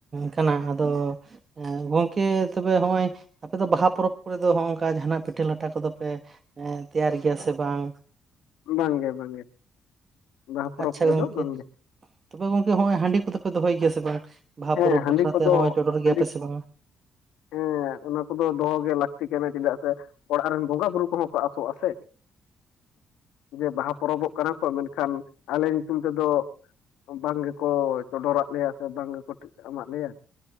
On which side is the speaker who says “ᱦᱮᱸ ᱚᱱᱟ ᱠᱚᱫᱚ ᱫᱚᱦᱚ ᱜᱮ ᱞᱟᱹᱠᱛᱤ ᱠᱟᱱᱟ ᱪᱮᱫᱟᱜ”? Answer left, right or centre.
Left